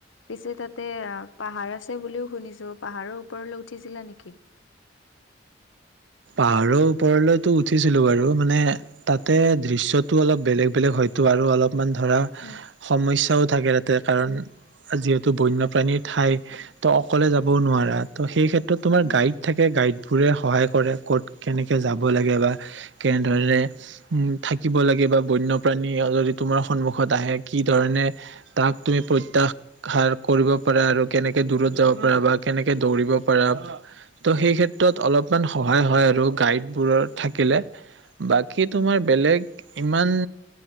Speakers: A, on the left; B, on the right.
A: পিছে তাতে পাহাৰ আছে বুলিও শুনিছো, পাহাৰৰ ওপৰলৈ উঠিছিলা নেকি?
B: পাহাৰৰ ওপৰলৈতো উঠিছিলো বাৰু, মানে তাতে দৃশ্যটো অলপ বেলেগ-বেলেগ হয়তো আৰু অলপ মানে ধৰা,
A: উম,
B: সমস্যাও থাকে তাতে কাৰণ যিহেতু বন্যপ্ৰাণীৰ ঠাই ত অকলে যাবও নোৱাৰা ত সেই ক্ষেত্ৰত তোমাৰ
A: উম।
B: গাইড থাকে গাইড ফুৰে সহায় কৰে। ক'ত কেনেকে যাব লাগে বা কেনেধৰণে উম, থাকিব লাগে বা বন্যপ্ৰাণী যদি তোমাৰ সন্মুখত আহে কি ধৰণে তাক তুমি প্ৰত্যাহাৰ কৰিব পাৰা আৰু কেনেকে দূৰত যাব পাৰা বা কেনেকে দৌৰিব পাৰা ত' সেই ক্ষেত্ৰত অলপ। হয়-হয় আৰু গাইডবোৰত থাকিলে বাকী
A: উম,
B: তোমাৰ বেলেগ ইমান